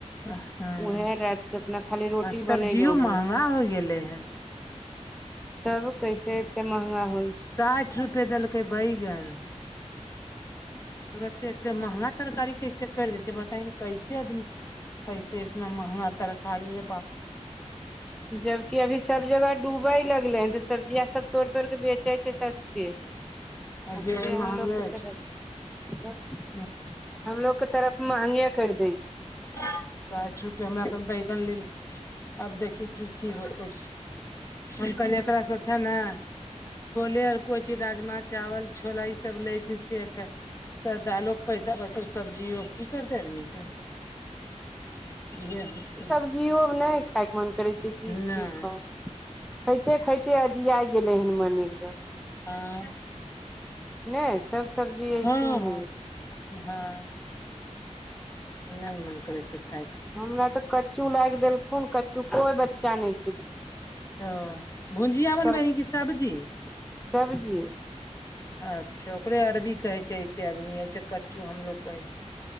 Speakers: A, on the left (about 25°); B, in the centre.
A: हँ
B: ओहै रातिकऽ अपना खाली रोटी
A: आ सब्जियो
B: बनैलौ बस
A: <unintelligible>
B: तब कैसे एते महँगा होलऽ
A: साठि रुपए देलकै बैगन तुरते एते महंगा तरकारी कैसे करि दै छै बता ने कैसे आदमी -- खइते इतना महंगा तरकारी रे बाप --
B: जबकि अभी सब जगह डूबय लगले हन तऽ सब्जिया सब तोड़ तोड़ के बेचै छै सस्ते आ
A: जे
B: से
A: महंगे
B: हमलोगके तऽ तब
A: छै
B: हमलोगके तरफ महंगे करि दै छै
A: साठि रुपए हमरा अपन बैगन लेलु आब देखियी की की होतौ से हम कहल एकरा स छै ने छोले आर कोइ चीज राजमा चावल छोला ई सब लेएथिन से अच्छा सधा ल लोकग पैसा बत <unintelligible> सब्जीयो की करतै आदमी तऽ इह
B: जियो नै खाय के मन करै छै की की
A: नहि
B: क खाइते खाइते अजिया गेलैहन मने एकदम
A: हँ
B: नै सब सब्जी ऐसे
A: हँ हँ
B: होइ गेलै
A: हाँ नै मन करै छै खायके
B: हमरा तऽ कच्चू लागि देलखुन कच्चू कोइ बच्चा नै खेल
A: ओ भुजिया बनबै
B: सब
A: है कि सब्जी
B: सब्जी
A: अच्छा ओकरे अरबी कहै छै ऐसे आदमी ऐसे कच्चू हमलोग कहै छै